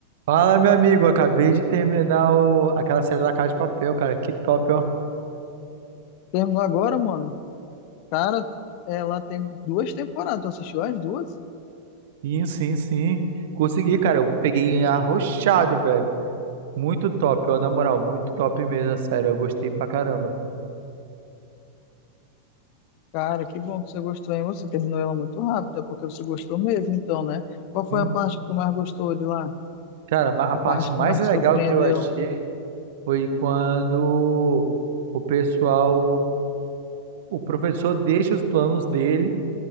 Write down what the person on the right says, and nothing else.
Fala, meu amigo. Acabei de terminar o... aquela série da Casa de Papel, cara. Que top, ó.
Sim, sim, sim. Consegui, cara. Eu peguei arrochado, velho. Muito top, ó. Na moral, muito top mesmo, a série. Eu gostei pra caramba.
Sim.
Cara, ma- a
parte
mais
legal
que eu achei foi quando o pessoal, o professor deixa os planos dele.